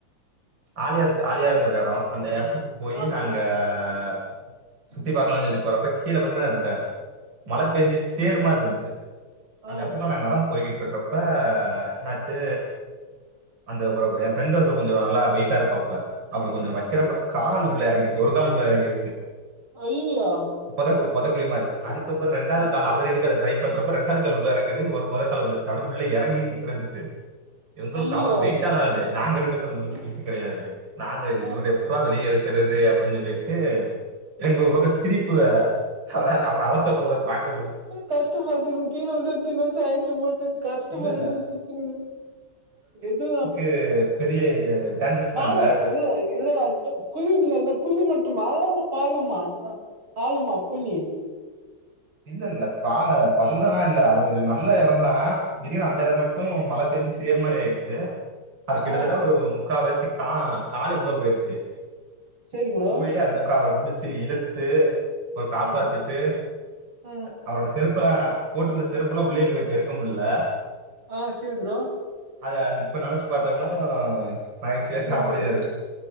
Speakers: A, on the right (about 60°); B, on the right (about 85°).
A: ஆலியார் ஆலியாருனு ஒரு எடம் அந்த எடத்துக்கு போயி
B: ஆ
A: நாங்க க சுத்தி பாக்கலான் சொல்லி போரப்ப கீழ வந்து அந்த மழ பேஞ்சு சேறு மார் இருந்ச்சு அந்த
B: ஆ
A: எடத்துல நா நடந்து போய்க்கிட்ருக்கறப் ப்ப என்னாச்சு அந்த ஒரு என் ஃப்ரெண்ட்டு ஒருத்தர் கொஞ்சோ நல்லா வெயிட்டா இருப்பாப்ல அவரு கொஞ்சோ வைக்கிறப்ப
B: ம்
A: கால் உள்ள எறங்கிருச்சு ஒரு கால் உள்ள எறங்கியிருச்சு
B: அய்யிய்யோ
A: பொதக் பொதக்குழி மாரி அதுக்கப்புறம் ரெண்டாவ்து
B: ஆ
A: கால அவர் எடுக் ட்ரை பண்றப்ப ரெண்டாவ்து கால் உள்ள எறங்குது மொத கால் வந்துருச் அதுவும் உள்ள எறங்கிகிட்டே இருந்ச்சு எங்களுக்கு
B: ஐயையோ
A: அவர் வெயிட்டான ஆளு நாங்க ரெண்டு பேரும் உங்களுக்கு வெயிட்டு கெடயாது நாங்க இதுவ
B: ஆ
A: எப்புறா வெளிய எடுக்கறது அப்டின் சொல்லிட்டு எனக்கு ஒரு பக்கம் சிரிப்பு வேற அதாவ்து அவர் அவஸ்த பட்றத பாக்கமுல்
B: கஷ்டமா இருந்ச்சினு கீழ ஓடியான்ட் கீழாச்சி அய்ச்சி மோச்சின் கஷ்டமா
A: இல்ல
B: இருந்தது
A: இல்ல
B: இது சிர்ச்சின்னுக்குது
A: ஏ பெரிய இது டேஞ்சரஸ்லாம்
B: காணோ
A: இல்ல
B: இவ்ளோ இவ்ளோ அல்ஜ குழி இல்லல்ல குழி மட்டுமா இல்ல பாலமா பாலமா குழி
A: இல்ல இல்ல பால பள்ளல்லா இல்ல அது ஒரு நல்ல எடந்தா திடீர்னு அந்த எடோ மட் டும் மழ பெஞ்சு சேறு மாரி ஆயிருச்சு அது கிட்டத்தட்ட
B: ஆ
A: ஒரு முக்காவாசி கா காலு இதுவா போயிருச்சு
B: சரி ப்ரோ
A: போயி அதுக்கப்பறோ அவர புடிச்சு இழுத் த்து அவர காப்பாத்திட்டு
B: ம் ம்
A: அவரோட செருப்பல்லா போட்டிருந்த செருப்பெல்லா உள்ளே போயிருச்சு எடுக்க முல்ல
B: ஆ சேரி ப்ரோ
A: அத அது இப்ப நெனைச்சு பார்த்தோனா நகைச்சுவையா
B: சரி
A: காமெடியா
B: ப்ரோ
A: இருக்கு